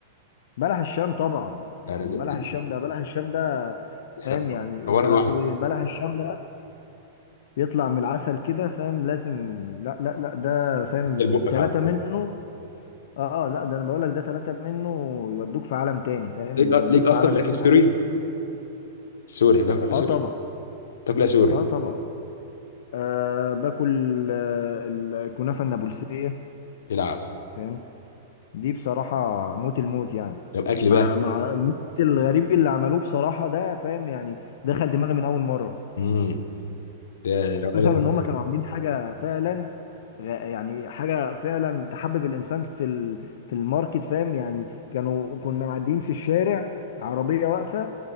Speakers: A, on the left; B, on the left.
A: بلح الشام طبعا يعني
B: يعني ده-
A: بلح
B: ده-
A: الشام ده بلح الشام ده فاهم
B: ده
A: يعني
B: حوار
A: لا
B: لوحده
A: لا وبلح الشام ده يطلع من العسل كده فاهم لازم لا لا لا ده فاهم
B: تسال بقك
A: ثلاثه
B: على
A: منه
B: طول
A: اه آه، لا ده انا بقول لك ده ثلاثه منه يودوك في عالم تاني فاهم
B: ليك
A: يودوك
B: ليك اصلا
A: في عالم
B: في
A: السعاده
B: اكل سوري سوري بقى اكل
A: اه
B: سوري
A: طبعا
B: تاكلها سوري
A: اه طبعا أه باكل آه، الكنافة النابلسية
B: يلعب
A: فاهم دي بصراحة موت الموت يعني
B: طب اكل
A: مع
B: بقى
A: مع الميكس الغريب اللي عملوه بصراحة ده فاهم يعني دخل دماغي من أول مرة
B: امم ده
A: خصوصا
B: روقان الروقان
A: إن هما كانوا عاملين حاجة فعلا غ- يعني حاجة فعلا تحبب الإنسان في ال- في الماركت فاهم يعني كانوا كنا معديين في الشارع عربية واقفة